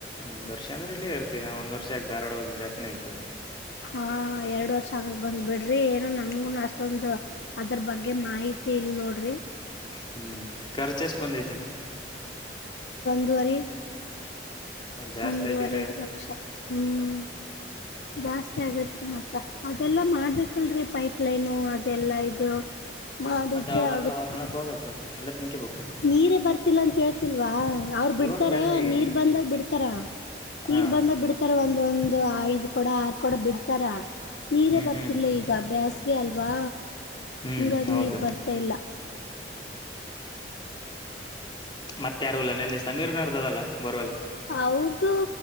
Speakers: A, on the left; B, on the left.
A: ಒಂದು ವರ್ಷ ಅಂದ್ರ ಇಲ್ಲೇ ಇರ್ತತಿ ನಾ ಒಂದು ವರ್ಷಾಕ ಧಾರವಾಡೋಗ ಜಾಸ್ತಿನೇ ಆಯತು
B: ಹಾ ಎರಡ್ ವರ್ಷ ಆಗ ಬಂದ್ ಬಿಡ್ರಿ ಏನು ನನ್ಗುನು ಅಷ್ಟ ತಂದ ಅದ್ರ ಬಗ್ಗೆ ಮಾಹಿತಿ ಇಲ್ ನೋಡ್ರಿ
A: ಹ್ಮಞ ಖರ್ಚ ಎಷ್ಟ ಬಂದೈತೆಂತ
B: ವರಿ
A: ಜಾಸ್ತಿ
B: ಒಂದೂವರೆ
A: ಆಗಿದ್ರೆ
B: ಲಕ್ಷ ಹ್ಮ್ ಜಾಸ್ತಿ ಆಗೇತ್ರಿ ಮತ್ತ ಅದೆಲ್ಲಾ ಮಾಡ್ಬೇಕಲ್ರರಿ ಪೈಪ್ಲೈನು ದೆಲ್ಲಾ ಇದು ಮಾಡಿದ್ರೆ
A: ಮತ್ತೆ ಅವ್ರ ಹತ್ರ
B: ಆಗತ್ರು
A: ಅವ್ರ ನಳಕ್ ಹೋಗ್ಬೇಕು ಅಲ್ಲೇ ತುಂಬ್ಕಬೇಕು
B: ನೀರೇ ಬರ್ತಿಲ್ಲ ಅಂತ ಹೇಳ್ ಇಲ್ವಾ ಅವ್ರು ಬಿಡ್ತಾರೆ
A: ಇವಾಗ ಬೇಸಿಗೆ
B: ನೀರ್ ಬಂದಾಗ ಬಿಡ್ತಾರ
A: ಹಾ
B: ನೀರ್ ಬಂದಾಗ ಬಿಡ್ತಾರ ಒಂದ ಒಂದು ಐದು ಕೂಡ ಕೂಡ ಬಿಡ್ತಾರ ನೀರೇ
A: ಹ್ಮ್
B: ಬರ್ತಿಲ್ಲ
A: ಹ್ಮ್
B: ಈಗ ಬೇಸ್ಗೆ ಅಲ್ವಾ
A: ಹ್ಮ್
B: ಹಂಗಾಗಿ
A: ಹೌದು
B: ನೀರ್ ಬರ್ತಾ ಇಲ್ಲ
A: ಮತ್ತ ಯಾರುಲ್ಲ ನೆಲ್ಲಿ ಸಮೀರ್ ನಡದಲ್ಲಾ ಬರ್ವಲ್ಲ
B: ಅವ್ರದು